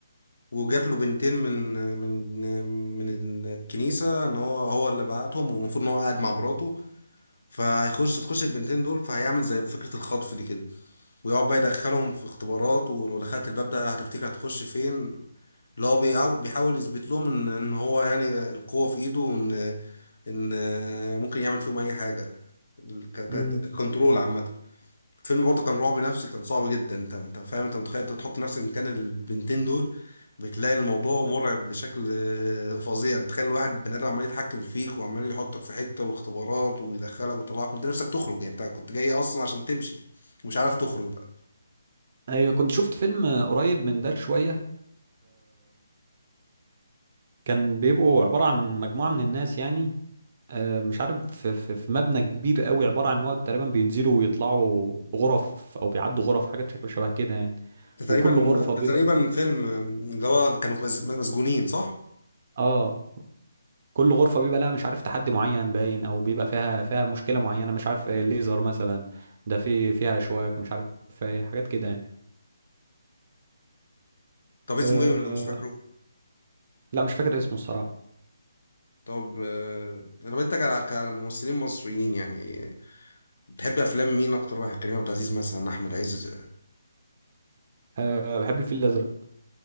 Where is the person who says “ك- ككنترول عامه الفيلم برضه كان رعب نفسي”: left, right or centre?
Left